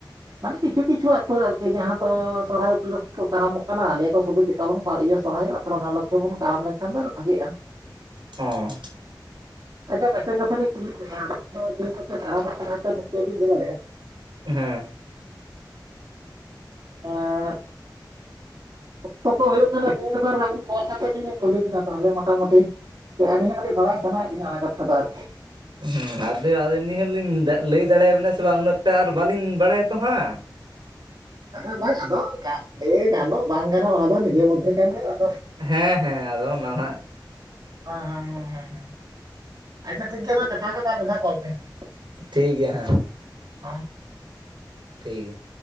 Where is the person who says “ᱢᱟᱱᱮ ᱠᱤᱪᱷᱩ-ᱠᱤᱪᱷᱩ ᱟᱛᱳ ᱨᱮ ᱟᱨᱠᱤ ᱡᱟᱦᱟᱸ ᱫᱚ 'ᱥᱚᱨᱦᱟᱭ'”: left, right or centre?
Right